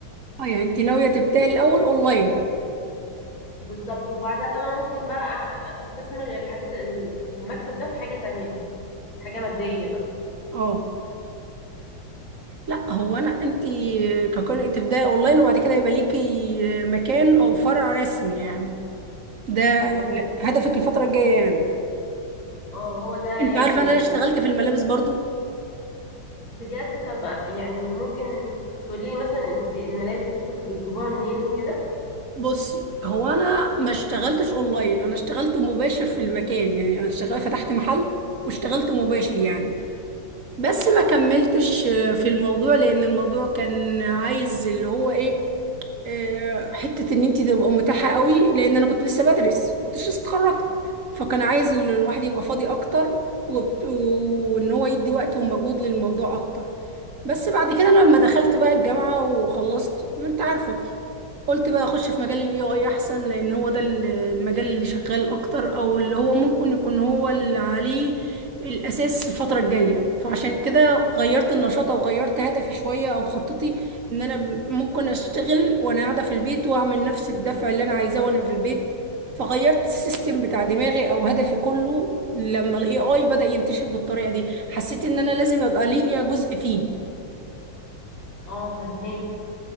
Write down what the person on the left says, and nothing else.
بالظبط وبعدها بقى ممكن بقى أ- استثمر الحاجات ال- المكسب ده في حاجة تانية حاجة مادية بقى
مم. مظبوط
اه هو ده يعني
بجد طب يعني ممكن تقولي لي مثلا انت الملابس دي كنت بتجيبوها منين وكده
اه فهماكي